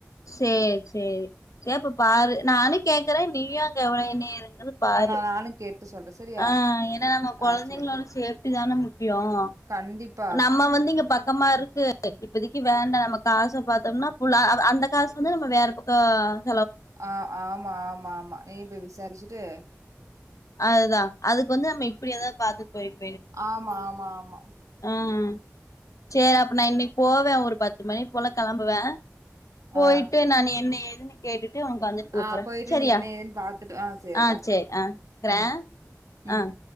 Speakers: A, on the left; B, on the right.
A: சரி சரி சரி அப்ப பாரு நானும் கேக்குறேன் நீயும் அங்க எவ்வளவு இன இரு என்னனு பாரு
B: ஆ நா நானு கேட்டு சொல்றே சரியா
A: ஆஹ் ஏன்னா நம்ம கொழந்தைங்களோட
B: ஆ சரி
A: சேஃப்டி தான முக்கியம்
B: கண்டிப்பா
A: நம்ம வந்து இங் பக்கமா இருக்கு இப்பதைக்கு வேண்டாம் நம்ம காசை பாத்தோம்னா புள்ள அந்த காசு வந்து நம்ம வேற பக்கம்
B: ஆஹ் ஆமா ஆமா ஆமா நீ போய் விசாரிச்சுட்டு
A: அதுதான் அதுக்கு வந்து நம்ம இப்படி ஏதாவது பாத்து போய்க்க
B: ஆம்மா ஆம்மா ஆம் ஆம
A: ம் சரி அப்ப நான் இன்னைக்கு போவேன் ஒரு பத்து மணி போல கிளம்ப வே போய்ட்டு
B: ஆ
A: நான் என்ன ஏது ன்ன கேட்டுட் டு வந்துட்டு கூப்பறேன்
B: ஆ போயிட்டு
A: சரியா
B: நீ என்ன ஏதுன்னு பாத்துட்டு ஆ சரிடா
A: ஆஹ் சரி ஆ வக்கறேன்
B: ம் ம்
A: ஆஹ்